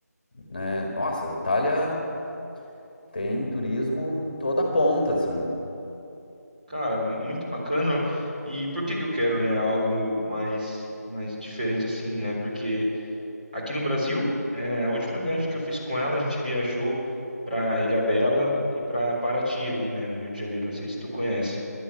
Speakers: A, on the left; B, on the right.
A: né? Nossa, a Itália tem turismo em toda ponta, assim.
B: Cara, muito bacana. E por que que eu quero, né, algo mais mais diferente assim, né? Porque aqui no Brasil. É, a última viagem que eu fiz com ela, a gente viajou para Ilhabela e para Paraty ali, né, no Rio de Janeiro. Não sei se tu conhece.